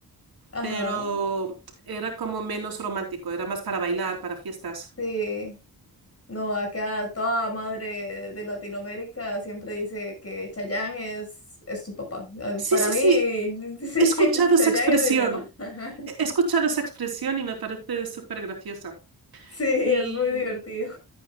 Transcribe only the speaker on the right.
pero era como menos romántico, era más para bailar, para fiestas.
Sí,
sí,
sí,
he escuchado
esa expresión,
he escuchado esa expresión y me parece súper graciosa.
¿Y